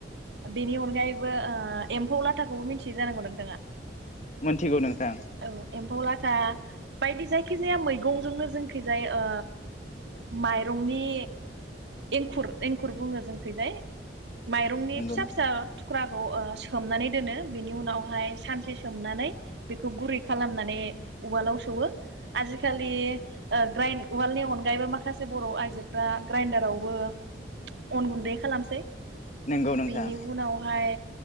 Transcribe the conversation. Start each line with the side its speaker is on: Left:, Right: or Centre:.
Right: बेनि अनगायैबो ओ एम्फौ लाथाखौबो मिथियो जानांगौ नोंथाङा?
Left: मोनथिगौ नोंथां
Right: औ एम्फौ लाथा बायदि जायखि जाया मैगंजोंनो जोंखैजाय ओ माइरंनि एंखुर एंखुर बुङो जोंखैजाय। माइरंनि
Left: नंगौ
Right: फिसा
Left: नोंथां
Right: फिसा थुख्रा खौ ओ सोमनानै दोनो बेनि उनावहाय सानसे सोमनानै बेखौ गुरै खालामनानै उवालाव सौयो आजिखालि ओ ग्राइन्द उवालनि अनगायैबो माखासे बर'आइजोफ्रा ग्राइन्दारावबो अन गुन्दै खालामसै।
Left: नंगौ नोंथां
Right: बेनि उनावहाय